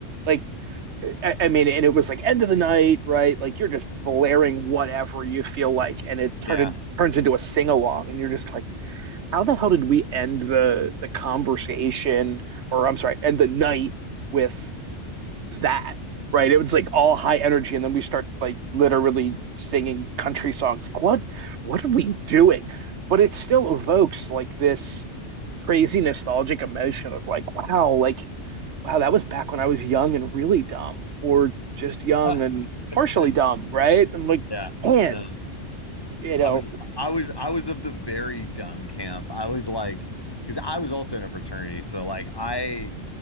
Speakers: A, on the right; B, on the left.
A: like I, mean, and it was like end of the night, right? Like you're just blaring whatever you feel like, and it turned
B: yeah
A: turns into a sing along, and you're just like, how the hell did we end the the conversation, or I'm sorry, end the night with that, right? It was like all high energy, and then we start like literally singing country songs. Like what what are we doing? But it still evokes like this crazy nostalgic emotion of like, wow, like wow, that was back when I was young and really dumb, or just young
B: yeah,
A: and
B: <laughs>
A: partially dumb, right? And like,
B: yeah.
A: man,
B: Yeah.
A: you know,
B: I was I was I was of the very dumb camp. I was like because I was also in a fraternity, so like I